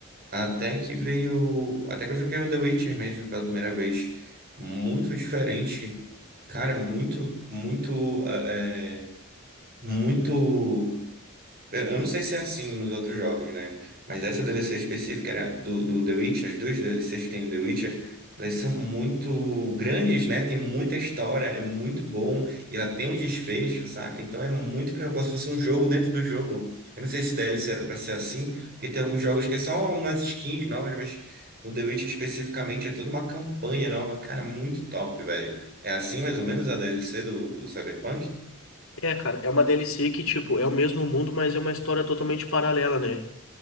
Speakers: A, on the right; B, on the left.
A: Até que veio. Até que eu joguei o The Witcher mesmo pela primeira vez. Muito diferente. Cara, é muito, muito, eh, eh, muito. Eu eu não sei se é assim nos outros jogos, né? Mas essa DLC específica era do, do The Witcher, as duas DLCs que tem do The Witcher, elas são muito grandes, né? Tem muita história, é muito bom, e ela tem um desfecho, saca? Então é muito como se fosse um jogo dentro do jogo. Eu não sei se DLC era pra ser assim, porque tem alguns jogos que é só umas skins novas, mas no The Witcher especificamente é toda uma campanha nova. Cara, muito top, velho. É assim mais ou menos a DLC do, do Cyberpunk?
B: É, cara, é uma DLC que, tipo, é o mesmo mundo, mas é uma história totalmente paralela, né?